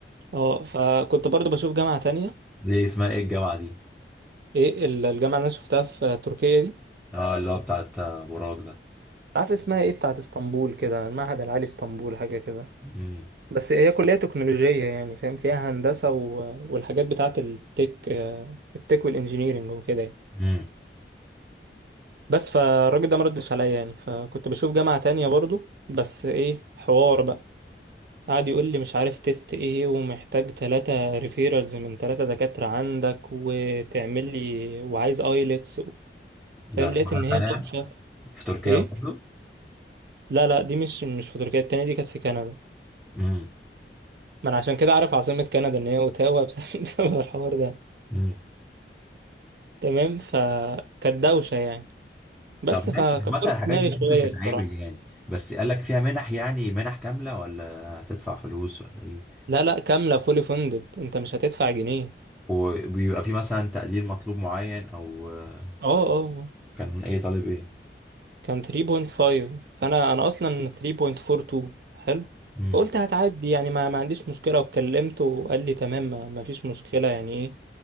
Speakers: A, on the right; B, in the centre.
A: اه فكنت برضه بشوف جامعة تانية
B: دي اسمها ايه الجامعة دي
A: ايه ال- الجامعة اللي انا شفتها في تركيا دي
B: اه اللي هو بتاعت آه، براك ده
A: عارف اسمها ايه بتاعت اسطنبول كده المعهد العالي اسطنبول حاجة كده
B: امم
A: بس هي كلية تكنولوجية يعني فاهم فيها هندسة و... والحاجات بتاعة التك آه، التك والانجينيرينج وكده يعني
B: امم
A: بس فالراجل ده ما ردش عليا يعني فكنت بشوف جامعة تانية برضو بس ايه حوار بقى قعد يقول لي مش عارف تيست ايه ومحتاج تلاتة ريفيرالز من تلاتة دكاترة عندك وتعمل لي وعايز ايلتس و...
B: ده
A: فاهم
B: في
A: لقيت
B: مرة
A: ان هي
B: تانية
A: دوشة
B: في تركيا
A: ايه
B: برضه
A: لا لا دي مش مش في تركيا التانية دي كانت في كندا
B: امم
A: ما انا عشان كده عارف عاصمة كندا ان هي اوتاوا بسبب <laughs> بسبب الحوار ده
B: امم
A: تمام فكانت دوشة يعني بس
B: طب ماشي
A: فكبرت
B: عامة الحاجات
A: دماغي
B: دي ممكن
A: شوية
B: تتعمل
A: الصراحة
B: يعني بس قال لك فيها منح يعني منح كاملة ولا هتدفع فلوس ولا ايه
A: لا لا كاملة فولي فندد انت مش هتدفع جنيه
B: وبيبقى في مثلا تقدير مطلوب معين او آه،
A: اه اه اه.
B: كان ايه طالب ايه
A: كان 3.5 فانا انا اصلا 3.42 حلو
B: امم
A: فقلت هتعدي يعني ما, ما عنديش مشكلة وكلمته وقال لي تمام ما, ما فيش مشكلة يعني ايه